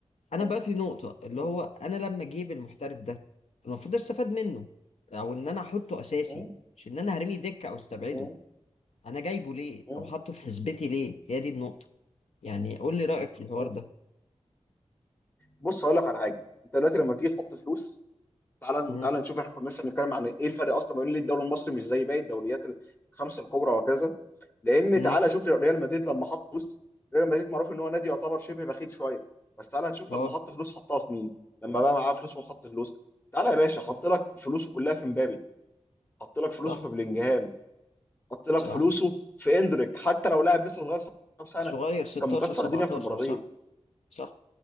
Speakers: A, on the left (about 75°); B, on the left (about 20°).
A: انا
B: مم،
A: بقى في نقطة اللي
B: مم،
A: هو انا لما اجيب المحترف ده المفروض استفاد منه او ان انا احطه اساسي
B: مم،
A: مش ان انا هرمي دكة او استبعده
B: مم،
A: انا جايبه ليه
B: مم،
A: او حاطه في حسبتي ليه هي دي النقطة
B: مم،
A: يعني قول لي رأيك في الحوار
B: مم.
A: ده
B: بص اقول لك على حاجه انت دلوقتي لما تيجي تحط فلوس تعال
A: امم
B: تعال نشوف احنا كنا لسه بنتكلم عن ايه إيه الفرق اصلا ما بين ليه الدوري المصري مش زي باقي الدوريات الخمسه الكبرى وكذا لان
A: امم
B: تعالى شوف ريال مدريد لما حط فلوس ريال مدريد معروف ان هو نادي يعتبر شبه بخيل شويه بس تعالى نشوف
A: اه
B: لما حط فلوس حطها في مين لما بقى معاه فلوس وحط فلوس تعالى يا باشا حط لك فلوسه كلها في مبابي حط لك فلوسه
A: صح
B: في بلينجهام حط لك
A: صح
B: فلوسه في اندريك حتى لو لاعب لسه صغير 17 سنه
A: صغير 16
B: بس كان مكسر
A: 17
B: الدنيا في البرازيل
A: صح صح